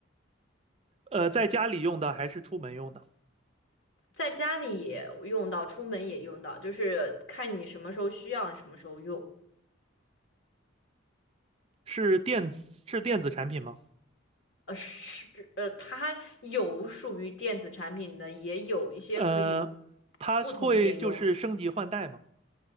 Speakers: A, on the right; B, on the left.
A: 呃，在家里用的还是出门用的？
B: 在家里也用到，出门也用到，就是看你什么时候需要，什么时候用。
A: 是电子是电子产品吗？
B: 呃，是，呃，它有属于电子产品的，也有一些可以
A: 呃，它会就是升级换代吗？
B: 不通电用，